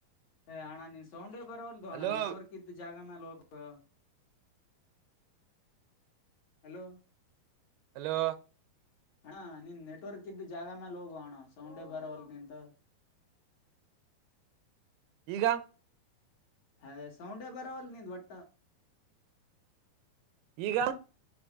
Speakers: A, on the left; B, on the right.
A: ಏ ಅಣ್ಣ ನೀನ್ ಸೌಂಡೇ ಬರವಲ್ದು
B: ಹಲೋ
A: ಅಣ್ಣ ನೆಟ್ವರ್ಕ್ ಇದ್ದ ಜಾಗ ಮ್ಯಾಲ ಹೋಗ್ಬೇ. ಹಲೋ.
B: ಹಲೋ.
A: ಅಣ್ಣ ನೀನ್ ನೆಟ್ವರ್ಕ್ ಇದ್ದ ಜಾಗಾ ಮ್ಯಾಲ ಹೋಗು ಅಣ್ಣ ಸೌಂಡೇ ಬರವಲ್ದು ನಿಂದು.
B: ಈಗ.
A: ಹೆ ಸೌಂಡ ಬರವಲ್ದ ನಿಂದ್ ಒಟ್ಟ.
B: ಈಗ.